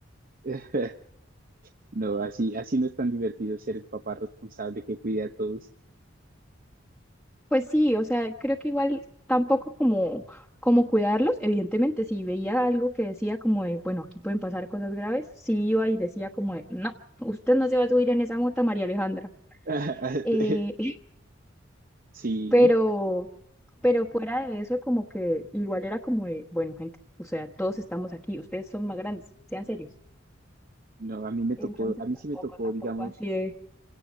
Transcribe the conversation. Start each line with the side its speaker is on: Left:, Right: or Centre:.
Right: <laughs> No, así, así no es tan divertido ser el papá responsable que cuida a todos.
Centre: Pues sí, o sea, creo que igual tampoco como, como cuidarlos, evidentemente, si veía algo que decía como de, bueno, aquí pueden pasar cosas graves, sí iba y decía como de, no, usted no se va a subir en esa moto, María Alejandra.
Right: <laughs>
Centre: Eh, <laughs>
Right: Sí.
Centre: pero, pero fuera de eso, como que igual era como de, bueno, gente, o sea, todos estamos aquí, ustedes son más grandes, sean serios.
Right: No, a mí me tocó,
Centre: Entonces
Right: a mí
Centre: tampoco,
Right: sí me tocó,
Centre: tampoco
Right: digamos,
Centre: así de,